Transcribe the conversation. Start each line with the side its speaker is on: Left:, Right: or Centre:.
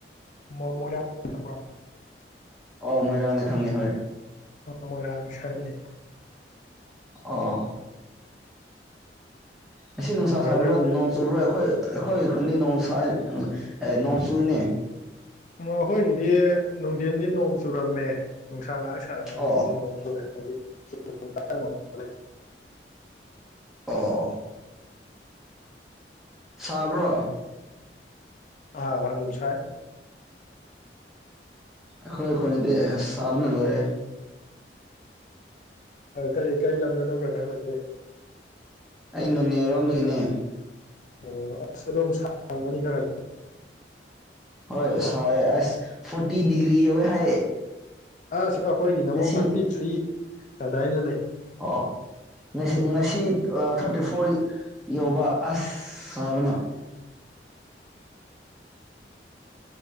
Left: ꯃꯔꯥꯡ ꯈꯪ
Centre: ꯑꯣ ꯃꯣꯏꯔꯥꯡꯗ ꯈꯪꯉ ꯍꯣꯏ
Left: ꯃꯣꯏꯔꯥꯡ ꯁꯥꯏꯅꯦ
Centre: ꯑꯣ ꯑꯁꯤ ꯅꯨꯡꯁꯥ
Left: ꯕ꯭ꯔꯗꯔ
Centre: ꯁꯥꯕ꯭ꯔꯥ ꯅꯣꯡ ꯆꯨꯕ꯭ꯔꯥ ꯑꯩꯈꯣꯏ ꯑꯩꯈꯣꯏ ꯈꯨꯟꯗꯤ ꯅꯣꯡꯁꯥ ꯑꯦ ꯅꯣꯡ ꯆꯨꯅꯦ
Left: ꯑꯩꯈꯣꯏꯒꯤꯗꯤ ꯅꯨꯡꯊꯤꯟꯗꯤ ꯅꯣꯡ ꯆꯨꯔꯝꯃꯦ ꯅꯨꯡꯁꯥ ꯉꯥꯏꯍꯥꯛ ꯁꯥꯔꯝꯃꯒ
Centre: ꯑꯣ
Left: ꯑꯗꯨꯗꯩ ꯅꯣꯡ ꯆꯨꯔꯦ ꯍꯧꯖꯤꯛ <inaudible>
Centre: ꯑꯣ ꯁꯥꯕ꯭ꯔꯣ
Left: ꯑꯥ ꯑꯗꯨꯝ ꯁꯥꯏ
Centre: ꯑꯩꯈꯣꯏ ꯑꯩꯈꯣꯏꯅꯤꯗꯤ ꯑꯁ ꯆꯥꯕꯅ ꯂꯣꯏꯔꯦ
Left: ꯀꯩ ꯀꯔꯤ ꯂꯝꯗꯅꯣ ꯕ꯭ꯔꯗ ꯍꯧꯖꯤꯛ
Centre: ꯑꯩꯅꯅꯦꯔꯣꯟꯗꯨꯒꯤꯅꯦ
Left: ꯑꯣ ꯑ ꯑꯗꯨꯝ ꯁꯥꯡꯒꯅꯤ ꯀꯔ
Centre: ꯍꯣꯏ ꯍꯣꯏ ꯑꯁ ꯐꯣꯔꯇꯤ ꯗꯤꯒ꯭ꯔꯤ ꯌꯧꯋꯦ ꯍꯥꯏꯌꯦ
Left: ꯑꯁ ꯑꯩꯈꯣꯏꯒꯤꯅ ꯑꯃꯨꯛ
Centre: ꯉꯁꯤ
Left: ꯊꯥꯔꯇꯤ ꯊ꯭ꯔꯤ ꯑꯗꯥꯏꯅ ꯂꯩ
Centre: ꯑꯣ ꯉꯁꯤ ꯉꯁꯤ ꯊꯥꯔꯇꯤ ꯐꯣꯔ ꯌꯧꯕ ꯑꯁ ꯁꯥꯕꯅ